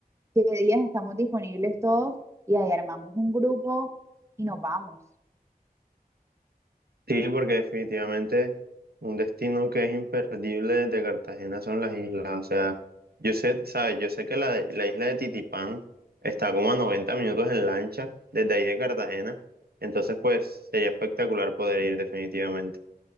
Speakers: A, on the right; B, on the right.
A: qué días estamos disponibles todos y ahí armamos un grupo y nos vamos.
B: Sí, porque definitivamente un destino que es imperdible de Cartagena son las islas. O sea, yo sé, ¿sabes? Yo sé que la, de- la isla de Titipán está como a 90 minutos en lancha desde ahí de Cartagena. Entonces, pues sería espectacular poder ir definitivamente.